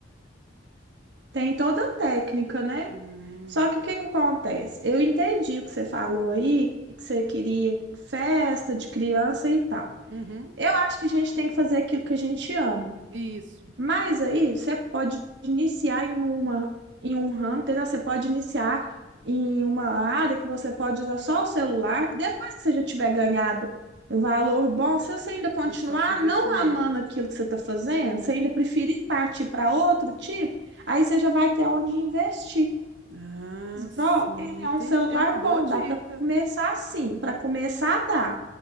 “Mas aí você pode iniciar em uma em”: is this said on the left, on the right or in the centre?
Right